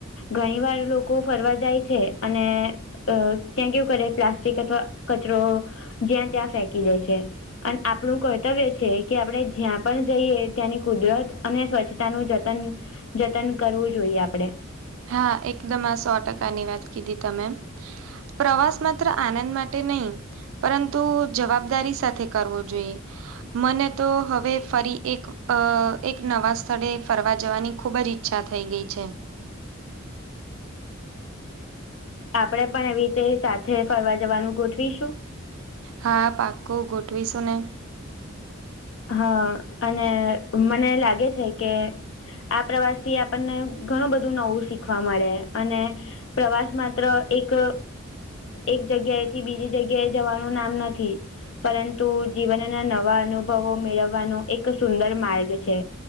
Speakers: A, on the left (about 70°); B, on the right (about 75°).
A: ઘણી વાર લોકો ફરવા જાય છે અને અ ત્યાં કેવું કરે પ્લાસ્ટિક અથવા કચરો જ્યાં ત્યાં ફેકી દે છે અને આપણું કર્તવ્ય છે કે આપણે જ્યાં પણ જઈએ ત્યાંની કુદરત અને સ્વચ્છતા નું જતન જતન કરવું જોઈએ આપણે.
B: હા એકદમ આ સો ટકા ની વાત કીધી તમે. પ્રવાસ માત્ર આનંદ માટે નહીં પરંતુ જવાબદારી સાથે કરવો જોઈએ મને તો હવે ફરી એક અ એક નવા સ્થળે ફરવા જવાની ખુબ જ ઈચ્છા થઈ ગઈ છે.
A: આપડે પણ એવી રીતે સાથે ફરવા જવાનું ગોઠવીશું.
B: હા પાકુ ગોઠવીશું ને.
A: હા અને મને લાગે છે કે આ પ્રવાસ થી આપણને ઘણું બધું નવું શીખવા મળે અને પ્રવાસ માત્ર એક અ એક જગ્યાએથી બીજી જગ્યાએ જવાનું નામ નથી. પરંતુ જીવનના નવા અનુભવો મેળવવાનો એક સુંદર માર્ગ છે.